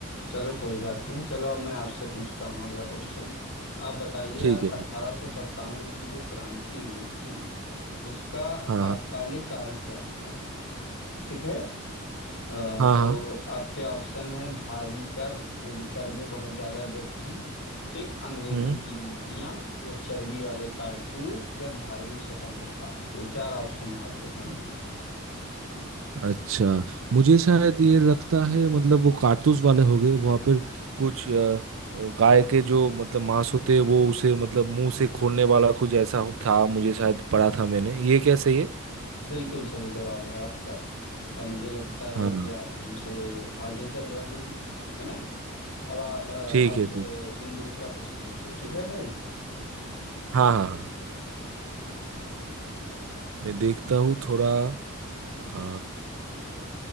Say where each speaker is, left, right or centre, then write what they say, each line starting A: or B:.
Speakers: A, on the left (about 85°); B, on the right (about 65°).
A: चलो कोई बात नहीं चलो अब मैं आपसे पूछता हूँ अगला क्वेश्चन आप बताइए
B: ठीक
A: आप
B: है
A: अठारह
B: ठीक
A: सौ सत्तावन की जो क्रांति हुई थी उसका
B: हाँ
A: तात्कालिक
B: हाँ
A: कारण क्या था ठीक है अ,
B: हाँ
A: तो
B: हाँ
A: आपके ऑप्शन है भारी कर यानी कर में बहुत ज्यादा वृद्धि ठीक अंग्रेजों
B: हम्म
A: की नीतियां या चर्बी वाले कारतूस या धार्मिक स्वतंत्रता ये चार ऑप्शन है आपके सामने
B: अच्छा मुझे शायद ये लगता है मतलब वो कारतूस वाले हो गए वहाँ पर कुछ अ, गाय के जो मतलब मांस होते हैं वो उसे मतलब मुंह से खोलने वाला कुछ ऐसा हो- था मुझे शायद पढ़ा था मैंने ये क्या सही है
A: बिल्कुल सही जवाब है आपका और मुझे लगता है
B: हाँ
A: कि आप हमसे आगे चल रहे हैं है ना अब आ- अ,
B: ठीक
A: अब
B: है ठीक
A: अ,
B: है
A: तुम दूसरा प्रश्न पूछो ठीक है भाई
B: हाँ हाँ हाँ मैं देखता हूँ थोड़ा अ,